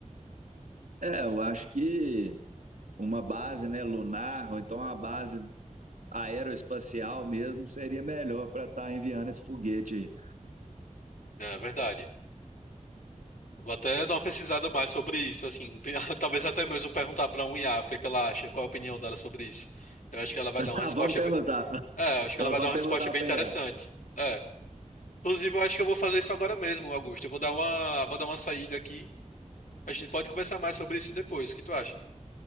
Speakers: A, on the right; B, on the left.
A: É, eu acho que uma base, né, lunar, ou então uma base aeroespacial mesmo, seria melhor para estar enviando esse foguete aí.
B: É verdade. Eu Vou até dar uma pesquisada mais sobre isso, assim, tem- <laughs> talvez até mesmo perguntar para um IA o que é que ela acha, qual a opinião dela sobre isso. Eu acho que ela vai
A: <laughs>
B: dar uma
A: Ah,
B: resposta
A: vamos perguntar.
B: É, acho que
A: Nós
B: ela vai
A: vamos
B: dar uma
A: perguntar
B: resposta bem
A: para
B: interessante.
A: IA.
B: É. Inclusive, eu acho que eu vou fazer isso agora mesmo, Augusto. Eu vou dar uma, vou dar uma saída aqui. A gente pode conversar mais sobre isso depois. O que tu acha?